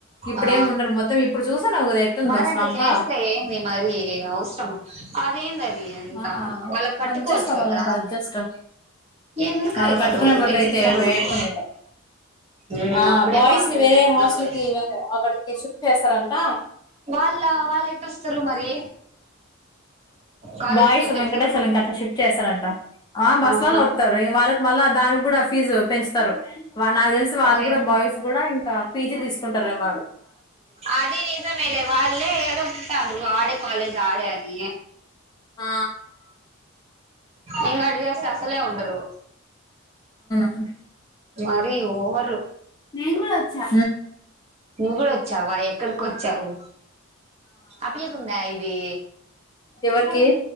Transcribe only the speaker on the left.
ఇప్పుడేముండరు
మొత్తం ఇప్పుడు చూస్తున్నావ్ గా కదా ఎట్టుందో
అసలబ్బా
ఆ
అడ్జస్ట్ అవ్వాలంట
అడ్జస్ట్
వాళ్ళు
కట్టుకునే
బట్లైతే
వేటుకుని
ఆ
బాయ్స్
ని వేరే
హాస్టల్ కి అక్కడికి షిఫ్ట్ చేస్తరంట
బాయిస్
వెంకటేశ్వరంకి అట్లా షిఫ్ట్ చేస్తారంట ఆ బస్లల్లో
ఒత్తరు వాళ్ళకి మళ్ళా దానికి కూడా ఫీజు పెంచుతారు నాకు దేల్సి వాళ్ళు
కూడా బాయ్స్ గూడా ఇంకా పీజీ తీసుకుంటారుమో
ఆ
ఆ
నేన్ కూడా వచ్చా
ఎవరికి